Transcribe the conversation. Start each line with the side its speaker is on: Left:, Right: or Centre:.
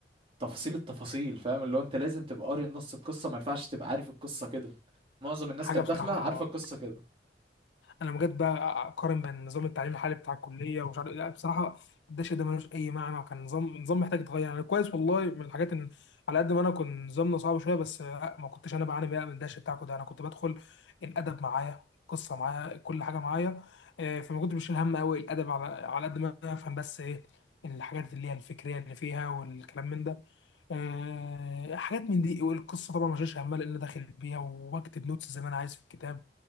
Right: تفاصيل التفاصيل فاهم اللي هو انت لازم تبقى قاري نص القصة ما ينفعش تبقى عارف القصة كده معظم الناس
Left: حاجه
Right: كانت
Left: بصراحه
Right: داخلة عارفة القصة كده
Left: انا بجد بقى اقارن بين نظام التعليم الحالي بتاع الكليه ومش عارف إيه، لا بصراحه الدش ده ملوش اي معنى وكان نظام نظام محتاج يتغير يعني كويس والله من الحاجات ان على قد ما انا كنت نظامنا صعب شويه بس آه، ما كنتش انا بعاني بقى من الدش بتاعكم ده انا كنت بدخل الادب معايا القصه معايا كل حاجه معايا آه، فما كنتش بشيل هم قوي الادب على على قد ما انا افهم بس ايه الحاجات اللي هي الفكريه اللي فيها والكلام من ده آه، حاجات من دي والقصه طبعا ما شيلش همها لان داخل بيها وبكتب نوتس زي ما انا عايز في الكتاب